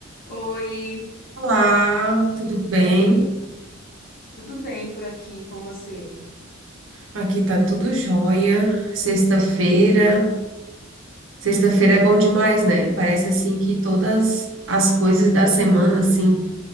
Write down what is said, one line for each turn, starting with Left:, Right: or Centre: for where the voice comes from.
Left: Oi,
Right: Olá, tudo
Left: e
Right: bem?
Left: aí? Tudo bem por aqui com você?
Right: Aqui tá tudo jóia. Sexta-feira. Sexta-feira é bom demais, né? Parece assim que todas as coisas da semana assim